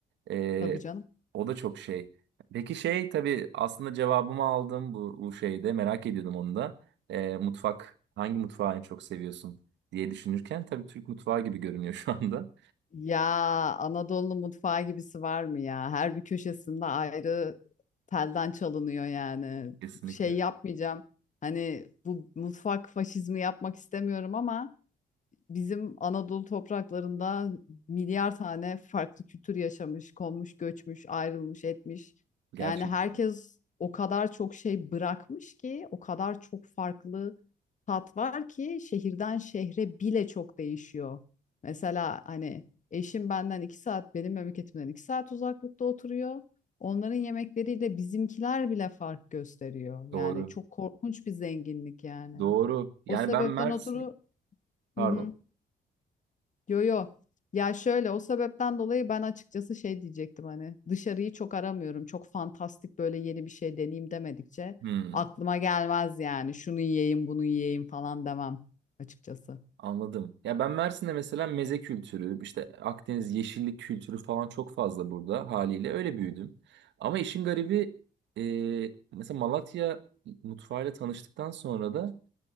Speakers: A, on the right; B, on the left.
A: E,
B: Tabii canım.
A: o da çok şey. Peki şey tabii aslında cevabımı aldım bu, bu şeyde. Merak ediyordum onu da. E, mutfak hangi mutfağı en çok seviyorsun diye düşünürken tabii Türk mutfağı gibi görünüyor şu anda.
B: Ya Anadolu mutfağı gibisi var mı ya? Her bir köşesinde ayrı telden çalınıyor yani.
A: <laughs> Kesinlikle.
B: Şey yapmayacağım. Hani bu mutfak faşizmi yapmak istemiyorum ama bizim Anadolu topraklarında milyar tane farklı kültür yaşamış, konmuş, göçmüş, ayrılmış, etmiş.
A: Gerçekten.
B: Yani herkes o kadar çok şey bırakmış ki, o kadar çok farklı tat var ki şehirden şehre bile çok değişiyor. Mesela hani eşim benden iki saat, benim memleketimden iki saat uzaklıkta oturuyor. Onların yemekleriyle bizimkiler bile fark gösteriyor. Yani
A: Doğru.
B: çok korkunç bir zenginlik yani.
A: Doğru. Yani
B: O sebepten
A: ben Mersin...
B: oturu
A: Pardon.
B: Hı hı. Yo yo. Ya şöyle o sebepten dolayı ben açıkçası şey diyecektim hani dışarıyı çok aramıyorum. Çok fantastik böyle yeni bir şey deneyeyim demedikçe
A: Hmm.
B: aklıma gelmez yani. Şunu yiyeyim, bunu yiyeyim falan demem açıkçası.
A: Anladım. Ya ben Mersin'de mesela meze kültürü, işte Akdeniz yeşillik kültürü falan çok fazla burada haliyle öyle büyüdüm. Ama işin garibi e, mesela Malatya mutfağıyla tanıştıktan sonra da